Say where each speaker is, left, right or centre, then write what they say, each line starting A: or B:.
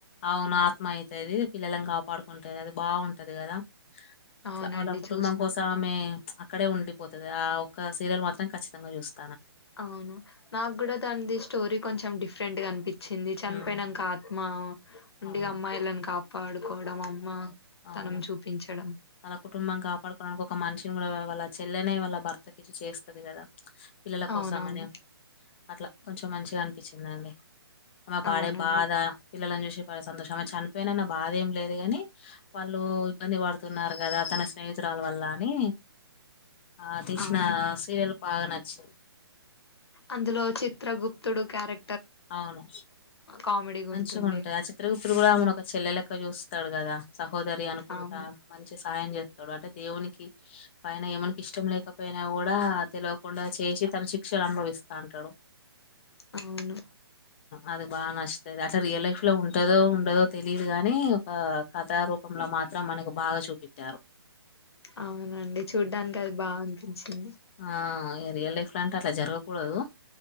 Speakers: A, on the left (about 25°); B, on the left (about 75°).
A: అవును ఆత్మ అయితది పిల్లలలను కాపాడు కుంటది అది బాగుంటది కదా అట్ల
B: అవునండి
A: వాళ్ళ కుటుంబం
B: చూసిన.
A: కోసమే అక్కడే ఉండిపోతద ఆ ఒక్క సీరియల్ మాత్రం ఖచ్చితంగా చూస్త
B: అవును నాకు కూడా దానిది స్టోరీ కొంచెం డిఫరెంట్ గా అనిపించింది చనిపోయినాక
A: ఉమ్,
B: ఆత్మ ఉండి
A: అవును
B: ఇగ అమ్మాయిలను కాపాడుకోవడం అమ్మ
A: అవును
B: తనం చూపించడం.
A: తన కుటుంబాం కాపాడుకోవడానికి ఒక మనిషిని కూడ వాళ్ళ చెల్లెనే వాళ్ళ భర్తకి ఇచేస్తుంది కదా పిల్లల కోసం
B: అవునవును.
A: అని అట్ల కొంచెం మంచిగా అనిపిచిందండి అమ్మ బాడే
B: అవునండి.
A: బాధ పిల్లలను చూసి సంతోషం అ చనిపోయినన్న బాధ ఏం లేదు గాని వాళ్ళు ఇబ్బంది పడుతున్నారు కదా తన స్నేహితురాల వల్ల అని ఆ తీసిన
B: అవును.
A: సీరియల్ బాగ నచ్
B: అందులో చిత్రగుప్తుడు క్యారె
A: అవును
B: కామెడీగుంటుండే.
A: మంచిగా ఉంటాయి ఆ చిత్రగుప్తుడు కూడా ఆమెను ఒక చెల్లె లెక్క చూస్ వస్తాడు కదా సహోదరి అనుకుంటా
B: అవును.
A: మంచి సాయం చేస్తాడు అంటే దేవునికి పయన ఏమునికి ఇష్టం లే కాకపోయినా కూడా తెలియకుండా చేసి తన శిక్షలు అనుభవిస్తుంటాడు
B: అవును
A: అది బాగ నచ్చతది అలా రియల్ లైఫ్ లో ఉంటదో ఉండదో తెలిదు గాని ఒక కథ రూపంలో <unintelligible> మాత్రం మనకు బాగ చూపిచారు
B: అవునండి చూడ్డానికి అది బాగా అనిపించింది
A: ఆ రియల్ లైఫ్ లాంటే అలా జరగకూడదు